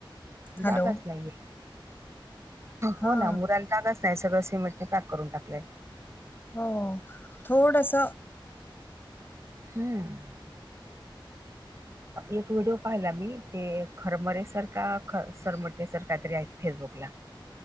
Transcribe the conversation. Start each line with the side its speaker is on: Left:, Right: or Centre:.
Left: हॅलो.
Right: जागाच नाहीये
Left: हा
Right: हो ना मुलाला जागच नाही सगळं सिमेटने पॅक करून टाकलंय.
Left: हो थोडस.
Right: हम्म एक व्हिडिओ पाहिला मी ते खरमरेसर का ख सरमटेसर कायतरी आहेत फेसबुकला